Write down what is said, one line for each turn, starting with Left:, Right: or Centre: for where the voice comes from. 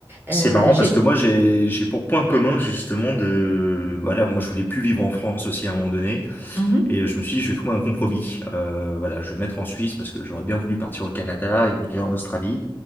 Right: Euh,
Left: C'est marrant
Right: j'ai...
Left: parce que moi j'ai j'ai pour point commun justement de voilà moi je voulais plus vivre en France aussi à un moment donné
Right: Mhm,
Left: et je me suis dit, je vais trouver un compromis Euh, voilà je vais me mettre en Suisse parce que j'aurais bien voulu partir au Canada immigrer en Australie